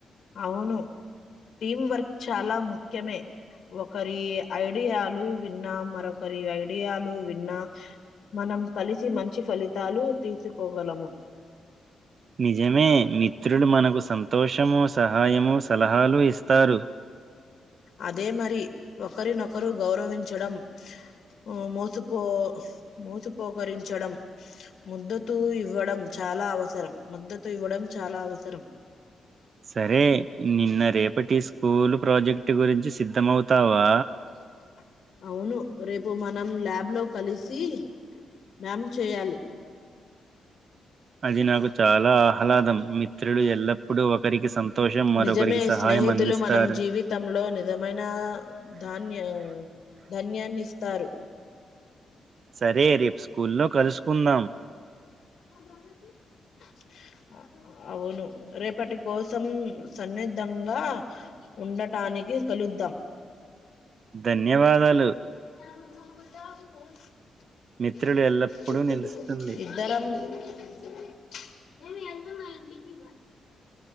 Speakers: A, on the left; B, on the right.
A: అవును టీం వర్క్ చాలా ముఖ్యమే ఒకరి ఐడియాలు విన్నా మరొకరి ఐడియాలు విన్నా మనం కలిసి మంచి ఫలితాలు తీసుకోగలము.
B: నిజమే మిత్రుడు మనకు సంతోషము, సహాయము సలహాలు ఇస్తారు.
A: అదే మరి ఒకరినొకరు గౌరవించడం ఆ మోసుపో మోసుపోకరించడం ముద్దుతు ఇవ్వడం చ చాలా అవసరం మద్దతు ఇవ్వడం చాలా అవసరం
B: సరే నిన్న రేపటి స్కూలు ప్రాజెక్టు గురించి సిద్ధమవుతావా?
A: <unintelligible> అవును రేపు మనం ల్యాబ్ లో కలిసి మ్యామ్ చేయాలి
B: అది నాకు చాలా ఆహ్లాదం మిత్రులు ఎల్లప్పుడూ ఒకరికి సంతోషం మరొకరికి
A: నిజమే
B: సహాయం
A: స్నేహితులు
B: అందిస్తారు
A: మనం జీవితంలో నిజమైన ధాన్య ధన్యాన్ని తారు
B: సరే రేపు స్కూల్లో కలుసుకుందాం
A: <unintelligible> అవును రేపటి కోసం సన్నిద్ధంగా ఉండటానికి కలుద్దాం
B: ధన్యవాదాలు
A: <unintelligible>
B: మిత్రులు ఎల్లప్పుడూ నిలుస్తుంది
A: ఇద్దరము <unintelligible>